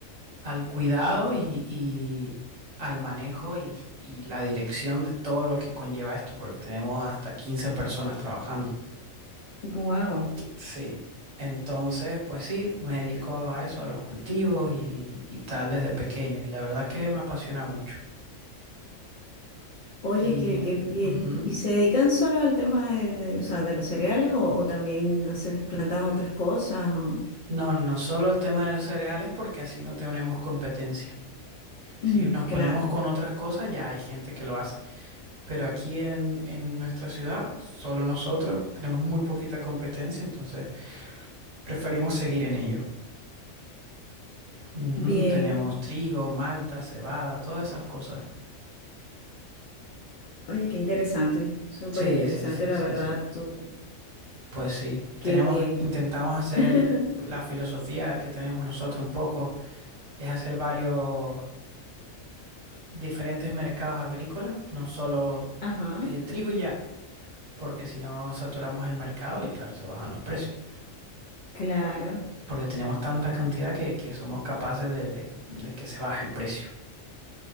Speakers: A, on the right (about 70°); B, on the left (about 65°).
A: al cuidado y, y al manejo y, y la dirección de todo lo que conlleva esto, porque tenemos hasta 15 personas trabajando.
B: Wow.
A: Sí. Entonces, pues sí, me dedico a eso, a los cultivos y, y tal desde pequeño. Y la verdad es que me apasiona mucho.
B: Oye,
A: Y
B: qué, qué bien.
A: ujú.
B: ¿Y se dedican solo al tema de, de, o sea, de los cereales o, o también haces, plantan otras cosas? o-
A: No, no solo el tema de los cereales, porque así no tenemos competencia. Si
B: Mm,
A: nos
B: claro.
A: ponemos con otras cosas, ya hay gente que lo hace. Pero aquí en, en nuestra ciudad, solo nosotros tenemos muy poquita competencia, entonces preferimos seguir en ello. Ujú,
B: Bien.
A: Tenemos trigo, malta, cebada, todas esas cosas.
B: Oye, qué interesante, súper
A: Sí,
B: interesante,
A: sí, sí,
B: la
A: sí,
B: verdad,
A: sí.
B: tú.
A: Pues sí.
B: Qué
A: Tenemos,
B: bien.
A: intentamos hacer
B: <laughs>
A: la filosofía que tenemos nosotros un poco, es hacer varios diferentes mercados agrícolas, no solo
B: Ajá,
A: eh, trigo y ya, porque si no saturamos el mercado y claro, se bajan los precios.
B: claro.
A: porque tenemos tanta cantidad que, que somos capaces de, de- de que se baje el precio.